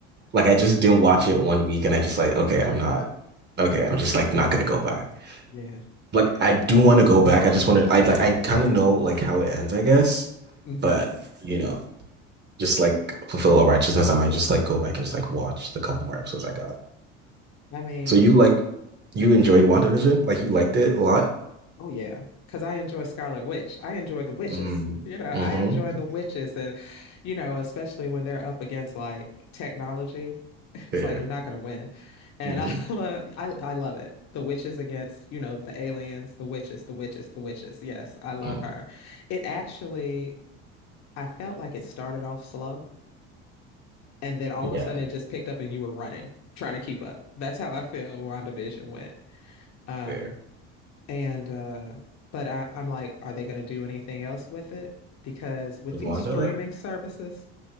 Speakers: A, on the right; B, on the left.
A: Like I just didn't watch it one week and I just like, okay, I'm not okay, I'm just like not gonna go back.
B: Yeah.
A: Like
B: Yeah.
A: I do want to go back. I just want to I like I kind of know like how it ends, I guess.
B: hmm
A: But you know, just like fulfill all righteousness, I might just like go back and just like watch the couple more episodes I got.
B: I mean,
A: So you like you enjoyed WandaVision? Like you liked it a lot? <sighs> <laughs>
B: Oh yeah, because I enjoy Scarlet Witch. I enjoy the witches.
A: Mm.
B: You know, I
A: Mm-hmm.
B: enjoy the witches, and you know, especially when they're up against like technology, it's
A: <laughs> Fair.
B: like you're not going to win. And
A: Mm-hmm.
B: I, <laughs> lo- I, I love it. The witches against, you know, the aliens, the witches, the witches, the witches. Yes, I love
A: Mm.
B: her. It actually, I felt like it started off slow, and then all
A: Yeah,
B: of a sudden it just picked up, and you were running, trying to keep up. That's how I feel WandaVision went. Um,
A: fair.
B: and uh, but I, I'm like, are they going to do anything else with it? Because with
A: With
B: these
A: Wanda?
B: streaming services,